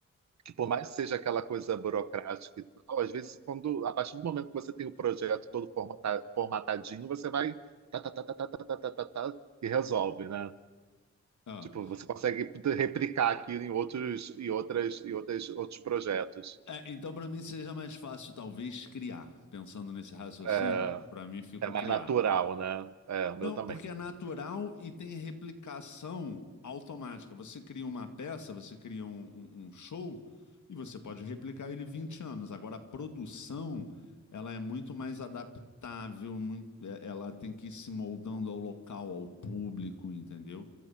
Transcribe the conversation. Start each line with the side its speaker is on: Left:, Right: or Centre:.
Right: que por mais que seja aquela coisa burocrática e tal, às vezes quando a partir do momento que você tem o projeto todo formata- formatadinho, você vai tá, tá, tá, tá, tá, tá, tá, tá, tá, tá, e resolve, né?
Left: Ah.
Right: Tipo, você consegue replicar aquilo em outros e outras e outras outros projetos.
Left: É, então, para mim, seja mais fácil, talvez, criar. Pensando nesse raciocínio,
Right: É
Left: para mim fica
Right: é
Left: o
Right: mais
Left: criar.
Right: natural, né? É, o meu
Left: Não,
Right: também.
Left: porque é natural e tem replicação automática. Você cria uma peça, você cria um, um- um show e você pode replicar ele 20 anos. Agora, a produção, ela é muito mais adaptável, muito- é- ela tem que ir se moldando ao local, ao público, entendeu?